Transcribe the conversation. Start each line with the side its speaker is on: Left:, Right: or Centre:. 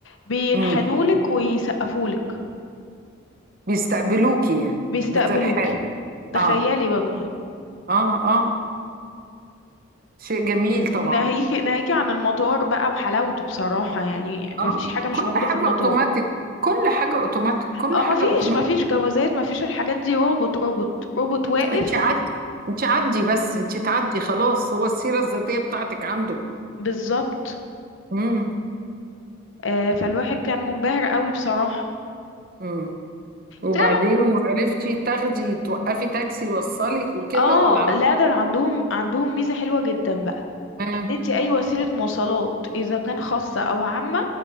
Left: بينحنولك
Right: امم
Left: ويسقفولك
Right: بيستقبلوكي يعني
Left: بيستقبلوك
Right: بترحاب
Left: تخيلي
Right: اه
Left: والله
Right: اه اه شيء جميل طبعا
Left: ناهيكي ناهيكي عن المطار بقى وحلاوته بصراحة يعني
Right: اه
Left: ما فيش حاجة مش
Right: كل
Left: موجودة
Right: حاجة
Left: في المطار
Right: اوتوماتيك كل حاجة اوتوماتيك كل
Left: اه
Right: حاجة
Left: ما فيش
Right: اوتوماتيك
Left: ما فيش جوازات ما فيش الحاجات دي روبوت روبوت روبوت واقف
Right: انت عدي انت عدي بس انت تعدي خلاص هو السيرة الذاتية بتاعتك عنده
Left: بالظبط
Right: امم
Left: آه فالواحد كان منبهر قوي بصراحة
Right: امم وبعدين
Left: تعرف-
Right: وعرفتي تاخدي توقفي تاكسي يوصلك وكده
Left: اه
Right: ولا عملت
Left: لا ده عندهم عندهم ميزة حلوة جدا بقى
Right: ايه
Left: ان انت اي وسيلة مواصلات اذا كان خاصة او عامة